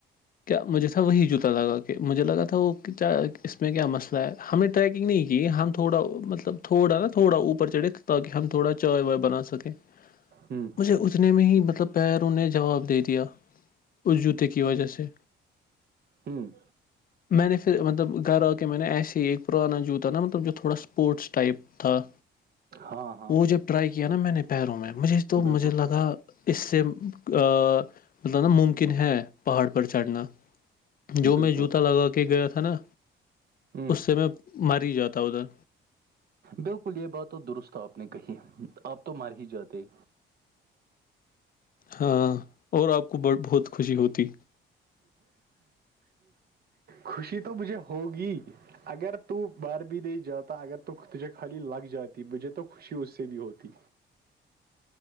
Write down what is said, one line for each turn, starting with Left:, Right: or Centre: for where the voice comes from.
Left: کیا مجھے تھا وہی جوتا لگا کہ مجھے لگا تھا وہ کیا اس میں کیا مسئلہ ہے ہمیں ٹریکنگ نہیں کی ہم تھوڑا مطلب تھوڑا نا تھوڑا اوپ چڑھے تاکہ ہم تھوڑا چائے وائے بنا سکیں
Right: ہ ہ
Left: مجھے اتنے میں ہی مطلب پیروں نے جواب دے دیا اس جوتے کی وجہ سے
Right: ہوں
Left: میں نے پھر مطلب گھر آ کے میں نے ایسے ہی ایک پرانا جوتا نا مطلب جو تھوڑا سپوورٹس ٹائپ تھا
Right: ہاں ہاں
Left: وہ جب ٹرائی کیا نا میں نے پیروں میں مجھے تو
Right: بالکل
Left: مجھے لگا اس سے مطلب نا ممکن ہے پہاڑ پر چڑھنا جو
Right: بالکل
Left: میں جوتا لگا کے گیا تھا نا
Right: ہ
Left: اس سے میں مر جاتا ادھر
Right: بالکل یہ بات تو درست آپ نے کہی آپ تو مار ہی جاتے
Left: ہاں اور آپ کو ب بہت خوشی ہوتی
Right: خوشی تو مجھے ہوگی اگر تو بارب د جاتا اگر تو تجھے خالی لگ جاتی مجھے تو خشی اس سے بھی ہوتی